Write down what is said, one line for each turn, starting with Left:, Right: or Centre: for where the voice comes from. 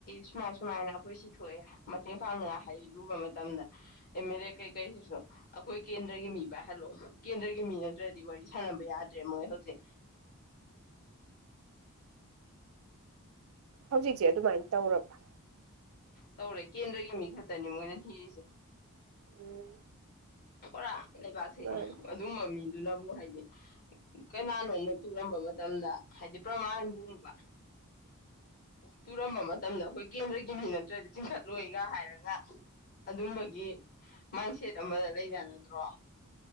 Left: ꯁꯨꯃꯥꯏ ꯁꯨꯃꯥꯏꯅ ꯑꯩꯈꯣꯏ ꯁꯤꯊ ꯊꯣꯛꯑꯦ ꯃꯇꯦꯡ ꯄꯥꯡꯅꯉꯥꯏ ꯍꯥꯏꯔꯨꯕ ꯃꯇꯝꯗ ꯑꯦꯝ ꯑꯦꯜ ꯑꯦ ꯀꯩꯀꯩꯁꯤꯁꯨ ꯑꯩꯈꯣꯏ ꯀꯦꯟꯗ꯭ꯔꯒꯤ ꯃꯤ ꯄꯥꯏꯍꯜꯂꯑꯣ ꯀꯦꯟꯗ꯭ꯔꯒꯤ ꯃꯤ ꯅꯠꯇ꯭ꯔꯗꯤ ꯋꯥꯔꯤ ꯁꯥꯟꯅꯕ ꯌꯥꯗ꯭ꯔꯦ ꯃꯣꯏ ꯍꯧꯖꯤꯛ
Right: ꯍꯧꯖꯤꯛꯁꯦ ꯑꯗꯨꯃꯥꯏꯅ ꯇꯧꯔꯕ꯭ꯔ
Left: ꯇꯧꯔꯦ ꯀꯦꯟꯗ꯭ꯔꯒꯤ ꯃꯤ ꯈꯛꯇꯅꯤ ꯃꯣꯏꯅ ꯊꯤꯔꯤꯁꯦ
Right: ꯎꯝ
Left: ꯊꯣꯔꯥ ꯂꯩꯕꯥꯛꯁꯦ
Right: ꯃꯥꯅꯤ
Left: ꯑꯗꯨꯝꯕ ꯃꯤꯗꯨꯅ ꯍꯥꯏꯗꯤ ꯀꯅꯥꯅꯣꯅ ꯇꯨꯔꯝꯕ ꯃꯇꯝꯗ ꯍꯥꯏꯗꯤ ꯄ꯭ꯔꯃꯥꯟꯕꯨꯕ ꯇꯨꯔꯝꯕ ꯃꯇꯝꯗ ꯑꯩꯈꯣꯏ ꯀꯦꯟꯗ꯭ꯔꯒꯤ ꯃꯤ ꯅꯠꯇ꯭ꯔꯗꯤ ꯆꯤꯡꯈꯠꯂꯣꯏꯒ ꯍꯥꯏꯔꯒ ꯑꯗꯨꯝꯕꯒꯤ ꯃꯥꯏꯟꯁꯦꯠ ꯑꯃꯗ ꯂꯩꯅꯔꯗ꯭ꯔꯣ